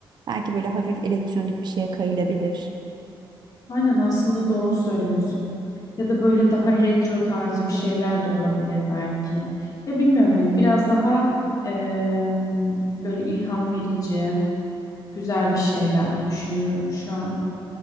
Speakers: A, on the right; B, on the left.
A: Belki böyle hafif elektronik bir şeye kayılabilir.
B: Aynen aslında doğru söylüyorsun. Ya da böyle daha retro tarzı bir şeyler de olabilir belki. Ya bilmiyorum hani biraz daha eee, böyle ilham verici, güzel bir şeyler düşünüyorum şu an.